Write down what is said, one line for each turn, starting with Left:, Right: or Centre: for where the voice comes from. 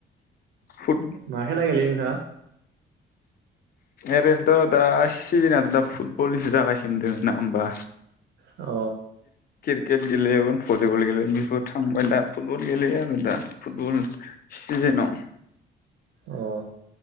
Left: फुट
Right: माखेला गेलेयो दा
Left: ओरैनोथ' दा सिजोनथ' दा फुटबलसो जागासिनो दोङ ना होमबा
Right: अ
Left: क्रिकेट गेलेयो भलिबल गेलेयो बेफोर थांबाय दा फुटबल गेलेयो आरो दा फुटबल सिजेनाव
Right: अ